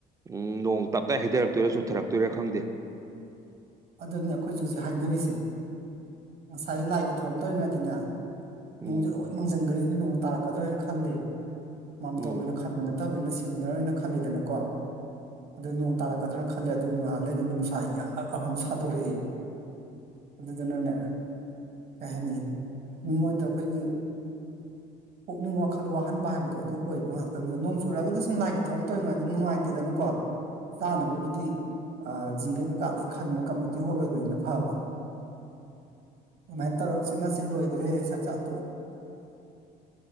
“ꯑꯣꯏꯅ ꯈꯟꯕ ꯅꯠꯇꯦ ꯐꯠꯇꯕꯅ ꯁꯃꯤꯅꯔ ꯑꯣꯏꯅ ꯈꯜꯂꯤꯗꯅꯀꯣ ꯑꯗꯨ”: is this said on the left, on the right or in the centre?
Right